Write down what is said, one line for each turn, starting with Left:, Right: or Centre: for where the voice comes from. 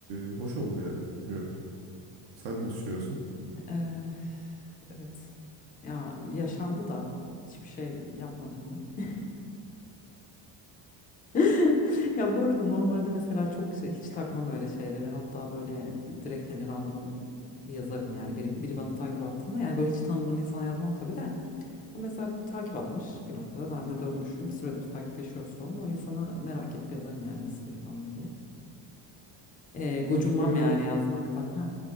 Right: e, hoş olur yani bilmiyorum. Sen ne düşünüyorsun?
Left: Ee, evet. Ya yaşandı da hiçbir şey yapmadım ben. <laughs> Ya bu arada normalde mesela çok şey- hiç takmam öyle şeyleri. Hatta böyle direkt hani random yazarım yani. Biri, biri bana takip attığında yani böyle hiç tanımadığım insana yazmam tabii de. Ama Mesela takip atmış bir noktada. Ben de dönmüşüm. Bir süredir takipleşiyoruz falan. O insana merak edip yazarım yani nasıl biri falan diye. Ee, gocunmam
Right: Peki böyle
Left: yani yazmaktan. Ha.